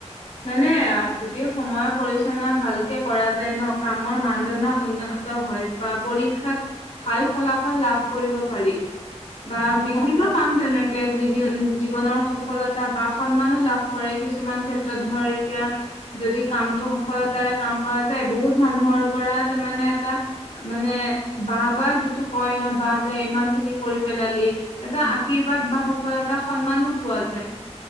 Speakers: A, on the left; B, on the left.
A: মানে আৰু যদি সময় পৰিচালনা ভালকে কৰা যায় ন কামৰ মানদণ্ড উন্ন হয় বা পৰীক্ষাত ভাল ফলাফল লাভ কৰিব পাৰি। বা
B: অ
A: বিভিন্ন
B: তাকে
A: কাম তেনেকে জীৱনৰ সফলতা বা সন্মানো লাভ। লা কৰে কিছুমান ক্ষেত্ৰত
B: উম হম
A: ধৰ এতিয়া। যদি কামতটো সফলতাৰে কাম কৰা যায় বহুত মানুহৰ পৰা তাৰ মানে এটা মানে। বা বা যিটো কয় ন বা তাই ইমান খিনি কৰি- পেলালি
B: উম
A: এটা
B: হম
A: আশীৰ্বাদ বা সফলতাৰ সন্মানো পোৱা যায়।